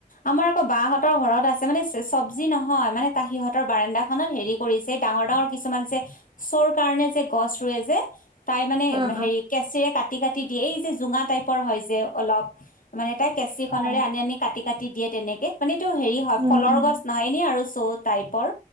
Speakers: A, on the left; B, on the right.
A: আমাৰ আকৌ বা, হত সিহঁতৰ ঘৰত আছোনে চ চব্জি নহয় মানে তাৰ সিহঁৰ বাৰাণ্ন্দা খত হেৰি কৰিছে ডাঙৰ ডাঙৰ কিছুমান চ চো ৰ কাৰণনে যে গছ ৰুৱে যে তাই মানে
B: উম
A: হেৰি কেঁচিৰে কাটি, কাটি দিয়ে এই যে জোঙা টাইপৰ হয় যে অলপ মানে তাইক কেঁচি খনেৰে
B: উম
A: আনি, আনি কাটি কাটি দিয়ে তেনেকে মানে এইটো হেৰি হয়
B: উম
A: ফলৰ
B: উম
A: গছ নহয় এনে চো টাইপৰ